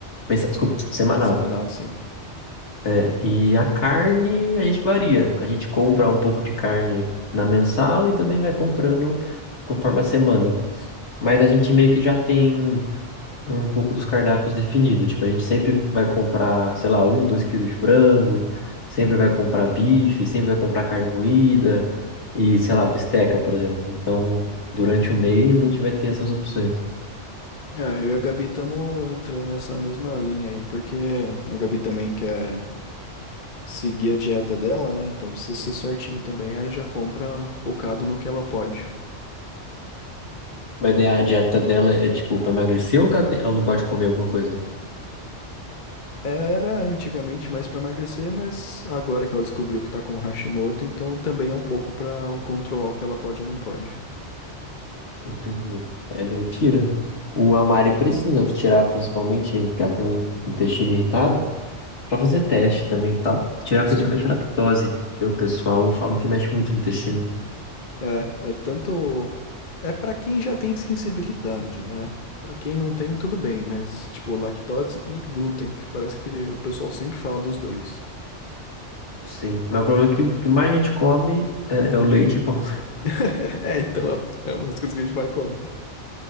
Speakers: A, on the left; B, on the left.
A: Mensa- desculpa, semanal.
B: Semanal, sim.
A: né? E a carne, a gente varia. A gente compra um pouco de carne na mensal e também vai comprando conforme a semana. Mas a gente meio que já tem. um pouco dos cardápios definidos. Tipo, a gente sempre vai comprar, sei lá, um, dois quilos de frango, sempre vai comprar bife, sempre vai comprar carne moída e, sei lá, bisteca, por exemplo. Então, durante o mês a gente vai ter essas opções.
B: É, eu e a Gabi estamos entrando nessa mesma linha aí, porque a Gabi também quer seguir a dieta dela, né? Então precisa ser certinho também. Aí já compra focado no que ela pode.
A: Mas daí a dieta dela é tipo pra emagrecer ou que ela, tem- ela não pode comer alguma coisa?
B: Era antigamente mais para emagrecer, mas agora que ela descobriu que tá com Hashimoto, então também é um pouco para controlar o que ela pode ou não pode.
A: Entendi. Aí daí tira. O Amari precisa tirar principalmente, que ela tem o intestino irritado, pra fazer teste também e tal. Tirar
B: Sim.
A: principalmente a lactose, porque o pessoal fala que mexe muito no intestino.
B: É, é tanto é para quem já tem sensibilidade, né? Para quem não tem, tudo bem, mas tipo lactose e glúten, que parece que o pessoal sempre fala dos dois.
A: Sim, mas o problema é que o que mais a gente come é, é o leite e pão.
B: <laughs> É, então é uma das coisas que a gente mais come.